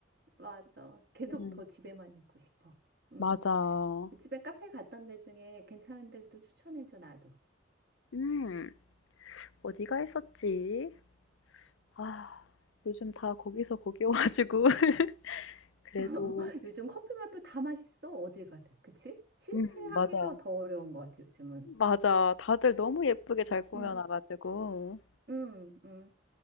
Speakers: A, on the right; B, on the left.
A: 맞아. 계속
B: 음.
A: 더 집에만 있고 싶어. 응.
B: 맞아.
A: 집에 카페 갔던 데 중에 괜찮은 데도 추천해줘, 나도.
B: 음. 어디가 했었지? 아. 요즘 다 거기서 거기 여 가지고 <laughs> 그래도
A: <laughs> 요즘 커피 맛도 다 맛있어. 어딜 가든. 그치? 실패하기가
B: 음 맞아.
A: 더 어려운 것 같아, 요즘은.
B: 맞아. 다들 너무 예쁘게 잘 꾸며
A: 응,
B: 놔 가지고.
A: 응, 응.